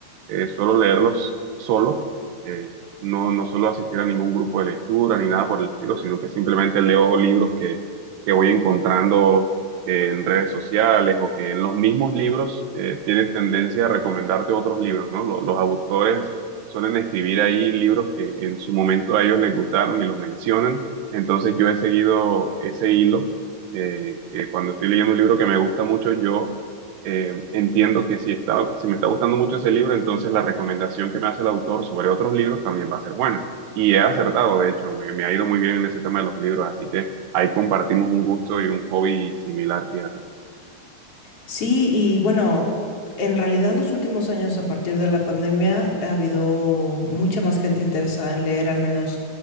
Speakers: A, on the right; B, on the left.
A: eh, suelo leerlos solo, eh, no, no suelo asistir a ningún grupo de lectura ni nada por el estilo, sino que simplemente leo libros que, que voy encontrando eh, en redes sociales o que en los mismos libros eh, tienen tendencia a recomendarte otros libros, ¿no? Los, los autores suelen escribir ahí libros que en su momento a ellos les gustaron y los mencionan, entonces yo he seguido ese hilo eh, que cuando estoy leyendo un libro que me gusta mucho, yo eh, entiendo que si está, si me está gustando mucho ese libro, entonces la recomendación que me hace el autor sobre otros libros también va a ser buena. Y he acertado, de hecho, me, me ha ido muy bien en ese tema de los libros, así que ahí compartimos un gusto y un hobby similar, fíjate.
B: Sí, y bueno, en realidad los últimos años a partir de la pandemia ha habido mucha más gente interesada en leer, al menos